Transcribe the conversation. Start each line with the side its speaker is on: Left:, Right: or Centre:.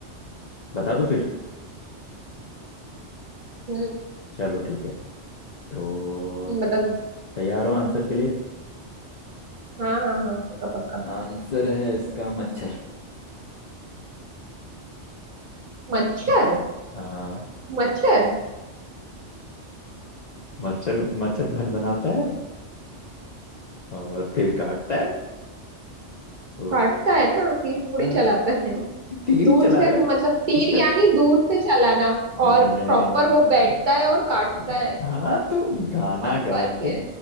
Left: बता दूं फिर
Right: हम्म
Left: चलो ठीक है तो
Right: बता दो
Left: तैयार हो आंसर के लिए
Right: हाँ हाँ हाँ पक्का पक्का
Left: आंसर है इसका मच्छर
Right: मच्छर
Left: हाँ
Right: मच्छर
Left: मच्छर मच्छर भन बनाता है और फिर काटता है तो
Right: काटता है ना तीर थोड़ी
Left: हाँ
Right: चलाता है
Left: तो तीर
Right: दूर
Left: ही चलाएगा
Right: से मतलब
Left: ना
Right: तीर
Left: उसका
Right: यानी दूर से चलाना
Left: नहीं
Right: और
Left: नहीं
Right: प्रॉपर
Left: नहीं नहीं नहीं,
Right: वो बैठता
Left: नहीं,
Right: है और काटता
Left: नहीं।
Right: है
Left: हाँ तो गाना
Right: बहुत
Left: गा
Right: फर्क है
Left: के